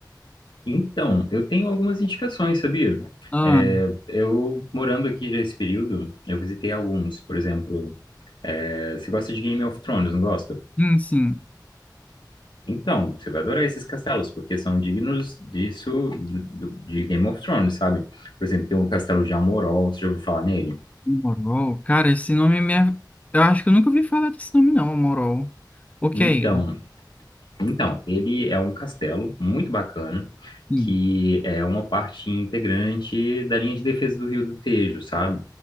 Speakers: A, on the left; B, on the left.
A: Então, eu tenho algumas indicações, sabia?
B: Ah,
A: É, eu, morando aqui já esse período, eu visitei alguns. Por exemplo, é, você gosta de Game of Thrones, não gosta?
B: sim, sim.
A: Então, você vai adorar esses castelos, porque são dignos disso, do- de Game of Thrones, sabe? Por exemplo, tem o castelo de Almorol, você já ouviu falar nele?
B: Morol. Cara, esse nome me... é- Eu acho que eu nunca ouvi falar desse nome, não, Morol. O que
A: Então,
B: é ele?
A: então, ele é um castelo muito bacana,
B: Sim.
A: que é uma parte integrante da linha de defesa do Rio do Tejo, sabe?